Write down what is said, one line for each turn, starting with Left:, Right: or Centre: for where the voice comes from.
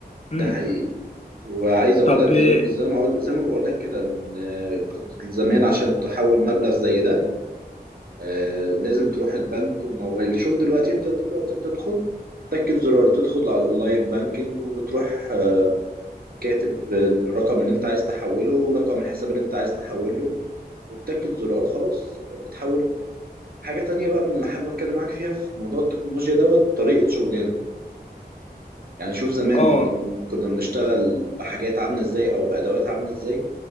Left: امم
Right: ده حقيقي وعايز أقول
Left: طب
Right: لك
Left: اه
Right: زي زي ما أقول زي ما بقول لك كده إن آه، كنت زمان عشان تحول مبلغ زي ده آه، لازم تروح البنك وموال شوف دلوقتي أنت دلوقتي بتدخل تاكد زرار تدخل على الأونلاين بانكينج وبتروح آه، كاتب الرقم اللي انت عايز تحوله ورقم الحساب اللي انت عايز تحوله وبتاكد زرار خلاص بتحول حاجة تانية بقى من اللي حابب أتكلم معاك فيها في موضوع التكنولوجيا دوت طريقة شغلنا يعني شوف زمان
Left: آه،
Right: كنا من... كنا بنشتغل بحاجات عاملة إزاي أو بأدوات عاملة إزاي